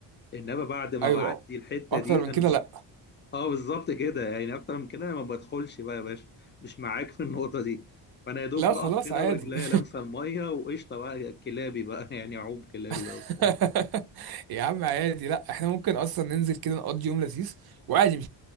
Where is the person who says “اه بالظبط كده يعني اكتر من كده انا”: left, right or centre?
Left